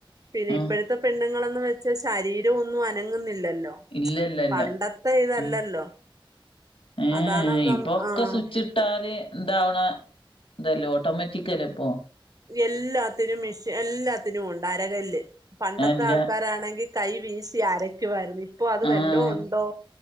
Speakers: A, on the right; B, on the left.
A: പിന്നെ
B: ആഹ്
A: ഇപ്പോഴത്തെ പെണ്ണുങ്ങളെന്ന് വെച്ചാൽ ശരീരം ഒന്നും അനങ്ങുന്നില്ലല്ലോ
B: ഇല്ലല്ല ല്ല
A: പണ്ടത്തെ ഇതല്ലല്ലോ
B: ഉം ഏഹ്
A: അതാണ്
B: ഇപ്പൊക്കെ
A: ആ ആഹ്
B: സ്വിച്ച് ട്ടാല് എന്താവണ ഇതല്ലെ ഓട്ടോമാറ്റിക്ക അല്ലേ ഇപ്പൊ
A: എല്ലാത്തിനും മിഷ എല്ലാത്തിനും ഉണ്ട് അരകല്ല് പണ്ടത്തെ
B: അല്ല
A: ആൾക്കാരാണെങ്കി കൈ വീസി അരക്കുവാരുന്നു ഇപ്പൊ അത്
B: ആഹ്
A: വെല്ലോ ഉണ്ടോ